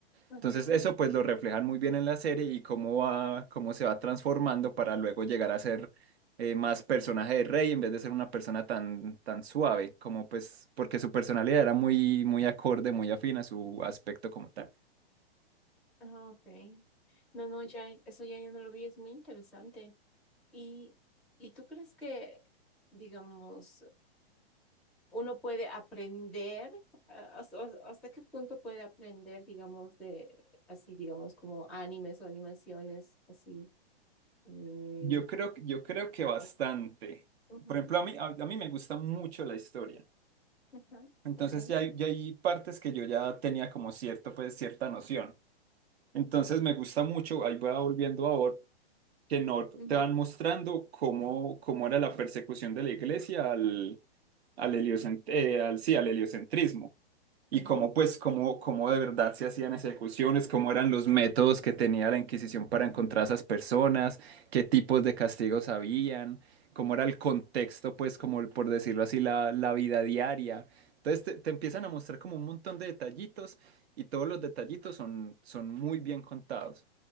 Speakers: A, in the centre; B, on the right.
A: ok,
B: Entonces eso pues lo reflejan muy bien en la serie y cómo va, cómo se va transformando para luego llegar a ser eh, más personaje de Rey en vez de ser una persona tan, tan suave, como pues porque su personalidad era muy, muy acorde, muy afín a su aspecto como tal.
A: ah, ok. No, no, ya, eso ya yo no lo vi, es muy interesante. ¿Y, y tú crees que, digamos, uno puede aprender, a- hasta, hasta qué punto puede aprender, digamos, de así, digamos, como animes o animaciones, así, mm,
B: Yo creo, yo creo que
A: historia.
B: bastante.
A: Ujú,
B: Por ejemplo, a mí, a, a mí me gusta mucho la historia.
A: ajá,
B: Entonces
A: ok,
B: ya hay, ya hay partes que yo ya tenía como cierto, pues cierta noción. Entonces me gusta mucho, ahí voy volviendo a Orb, que no te
A: ujú,
B: van mostrando cómo, cómo era la persecución de la iglesia al, al, heliocent- eh, al, sí, al heliocentrismo y
A: ajá,
B: cómo, pues, cómo, cómo de verdad se hacían ejecuciones, cómo eran los métodos que tenía la Inquisición para encontrar a esas personas, qué tipos de castigos habían, cómo era el contexto, pues, como el- por decirlo así, la, la vida diaria. Entonces te, te empiezan a mostrar como un montón de detallitos y todos los detallitos son, son muy bien contados.